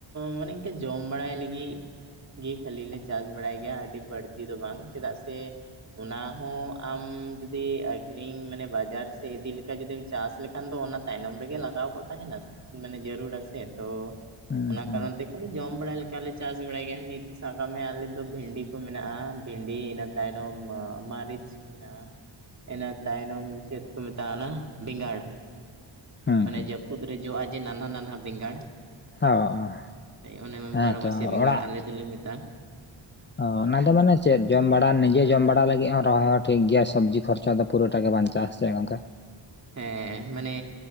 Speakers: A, on the right (about 35°); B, on the left (about 25°).
A: ᱢᱟᱱᱮ ᱤᱱᱠᱟᱹ ᱡᱚᱢ ᱵᱟᱲᱟᱭ ᱞᱟᱹᱜᱤᱫ᱾ ᱜᱤ ᱠᱷᱟᱹᱞᱤ ᱞᱮ ᱪᱟᱥ ᱵᱟᱲᱟᱭ ᱜᱮᱭᱟ, ᱟᱹᱰᱤ ᱵᱟᱹᱲᱛᱤ ᱫᱚ ᱵᱟᱝ, ᱪᱮᱫᱟᱜ ᱥᱮᱼᱼ ᱚᱱᱟᱦᱚᱸ ᱟᱢ ᱡᱩᱫᱤ ᱟᱹᱷᱨᱤᱧ ᱢᱟᱱᱮ ᱵᱟᱡᱟᱨ ᱥᱮᱫ ᱤᱫᱤ ᱞᱮᱠᱟ ᱡᱩᱫᱤᱢ ᱪᱟᱥ ᱞᱮᱠᱷᱟᱱ ᱫᱚ ᱚᱱᱟ ᱛᱟᱭᱱᱚᱢ ᱨᱮᱜᱮ ᱞᱟᱜᱟᱣ ᱠᱚᱜ ᱛᱟᱦᱮᱱᱟ ᱥᱮ, ᱢᱟᱱᱮ ᱡᱟᱹᱨᱩᱲᱟ ᱥᱮ ᱛᱚ᱾
B: ᱦᱩᱸ
A: ᱚᱱᱟ
B: ᱦᱩᱸ
A: ᱠᱟᱨᱚᱱ ᱛᱮ ᱡᱚᱢ ᱵᱟᱲᱟ ᱞᱮᱠᱟᱞᱮ ᱪᱟᱥ ᱵᱟᱲᱟᱭ ᱜᱮᱭᱟ, ᱱᱤᱛ ᱥᱟᱵ ᱠᱟᱜ ᱢᱮ ᱟᱞᱮ ᱫᱚ ᱵᱷᱮᱱᱰᱤ ᱠᱚ ᱢᱮᱱᱟᱜᱼᱟ, ᱵᱷᱤᱱᱰᱤ ᱤᱱᱟᱹ ᱛᱟᱭᱱᱚᱢ ᱢᱟᱹᱨᱤᱪ ᱢᱮᱱᱟᱜᱼᱟ᱾ ᱤᱱᱟᱹ ᱛᱟᱭᱱᱚᱢ ᱪᱮᱫ ᱠᱚ ᱢᱮᱛᱟᱜ-ᱟ ᱚᱱᱟ ᱵᱮᱸᱜᱟᱲ᱾
B: ᱦᱩᱸ
A: ᱢᱟᱱᱮ
B: ᱦᱩᱸ
A: ᱡᱟᱹᱯᱩᱫ ᱨᱮ ᱡᱚᱜᱼᱟ ᱡᱮ ᱱᱟᱱᱦᱟ ᱱᱟᱱᱦᱟ ᱵᱮᱸᱜᱟᱲ᱾
B: ᱚ ᱚ
A: ᱚᱱᱮ
B: ᱦᱮᱸᱛᱚ
A: ᱵᱟᱨᱚ ᱢᱟᱹᱥᱤᱭᱟᱹ ᱵᱮᱸᱜᱟᱲ
B: ᱚᱲᱟᱜ
A: ᱟᱞᱮ ᱫᱚᱞᱮ ᱢᱮᱛᱟᱜᱼᱟ ᱾
B: ᱚ ᱚᱱᱟ ᱫᱚ ᱢᱟᱱᱮ ᱪᱮᱫ ᱡᱚᱢ ᱵᱟᱲᱟ ᱱᱤᱡᱮ ᱡᱚᱢ ᱵᱟᱲᱟ᱾ ᱟᱲᱟ ᱞᱟᱹᱜᱤᱫ ᱦᱚᱸ ᱨᱚᱦᱚᱭ ᱦᱚᱸ ᱴᱷᱤᱠ ᱜᱮᱭᱟ ᱥᱚᱵᱽᱡᱤ ᱠᱷᱚᱨᱪᱟ ᱫᱚ ᱯᱩᱨᱟᱹ ᱴᱟ ᱜᱮ ᱵᱟᱧᱪᱟᱜᱼᱟ, ᱥᱮ ᱪᱮᱫ ᱜᱚᱝᱠᱮ?
A: ᱦᱮᱸ ᱢᱟᱱᱮᱼᱼ